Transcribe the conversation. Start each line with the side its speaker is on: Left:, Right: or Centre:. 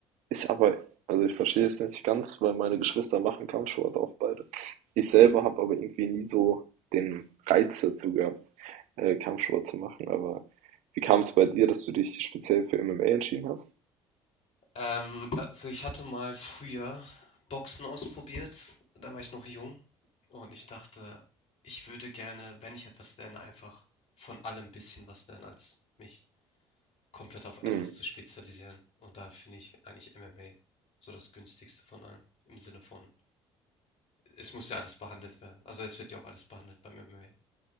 Right: Ist aber, also ich verstehe es nicht ganz, weil meine Geschwister machen Kampfsport auch beide. Ich selber
Left: Mhm.
Right: habe aber irgendwie nie so den Reiz dazu gehabt, äh, Kampfsport zu machen. Aber wie kam es bei dir, dass du dich speziell für MMA entschieden hast?
Left: Ähm, also ich hatte mal früher Boxen ausprobiert, da war ich noch jung und ich dachte, ich würde gerne, wenn ich etwas lerne, einfach von allem ein bisschen was lernen, als mich komplett auf etwas
Right: Hm.
Left: zu spezialisieren. Und da finde ich eigentlich MMA so das günstigste von allem. Im Sinne von, es muss ja alles behandelt werden. Also es wird ja auch alles behandelt beim MMA.